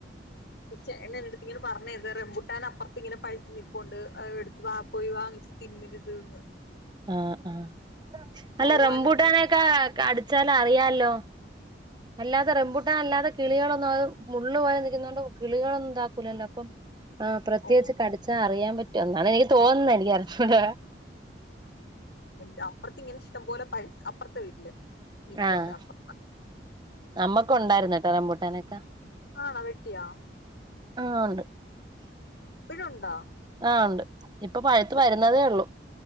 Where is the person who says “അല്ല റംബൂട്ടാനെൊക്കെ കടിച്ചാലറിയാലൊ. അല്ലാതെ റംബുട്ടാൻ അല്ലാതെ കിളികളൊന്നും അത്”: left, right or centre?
Right